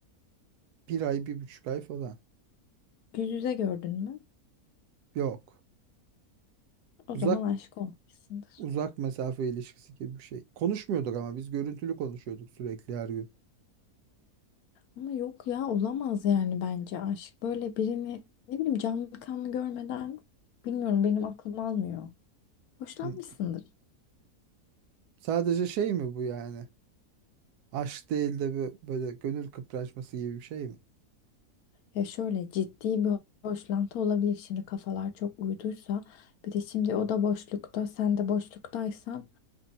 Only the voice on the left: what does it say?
Yüz yüze gördün mü?
O
zaman aşık olmuşsundur.
Ama yok ya olamaz yani bence aşk. Böyle birini ne bileyim canlı kanlı görmeden bilmiyorum benim aklım almıyor. Hoşlanmışsındır.
Ya şöyle ciddi bir boşlantı olabilir şimdi kafalar çok uyduysa. Bir de şimdi o da boşlukta, sen de boşluktaysan